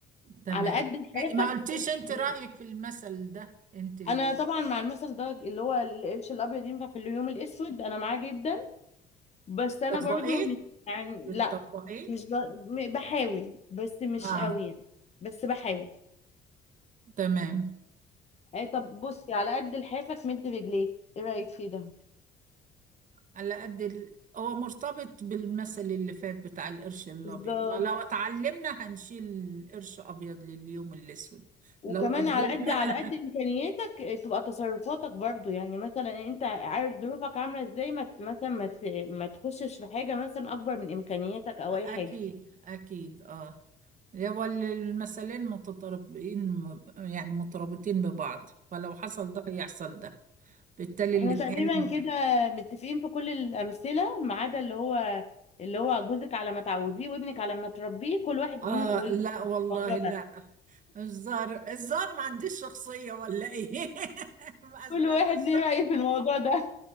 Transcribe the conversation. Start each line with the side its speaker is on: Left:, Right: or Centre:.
Right: تمام
Left: على قد لحافك
Right: إيه، ما قلتيش
Left: بتجري.
Right: انت رأيك في المثل ده انت ال-
Left: انا طبعا مع المثل ده اللي هو القرش الابيض ينفع في اليوم الاسود انا معاه جدا بس انا
Right: بتطبقيه
Left: برضو مش يعني
Right: بتطبقيه
Left: لا مش ب... م- بحاول بس مش
Right: اه
Left: قوي يعني بس بحاول
Right: تمام
Left: اي طب بصي على قد لحافك مد رجليك ايه رايك في ده
Right: على قد ال... هو مرتبط بالمثل اللي فات بتاع القرش الابيض
Left: بالظبط
Right: ما لو اتعلمنا هنشيل قرش ابيض لليوم الاسود
Left: وكمان
Right: لو قدمنا
Left: على قد على قد امكانياتك إيه، تبقى تصرفاتك برضو يعني مثلا انت عارف ظروفك عامله ازاي ما ت- مثلا ما ت- ما تخشش في حاجه مثلا اكبر من امكانياتك او
Right: اكيد
Left: اي حاجه
Right: اكيد اه هو ال- المثلين متطابقين يعني مترابطين ببعض فلو حصل ده يحصل ده بالتالي
Left: احنا
Right: الاتنين
Left: تقريبا كده متفقين في كل الأمثلة ما عدا اللي هو اللي هو جوزك على ما تعوديه وابنك على ما تربيه كل واحد
Right: اه
Left: وليه وليه
Right: لا والله
Left: الموضوع
Right: لا
Left: ده
Right: الزار الزار ما عنديش شخصية ولا ايه <laughs> ما اثبتش
Left: كل واحد ليه رأي في الموضوع ده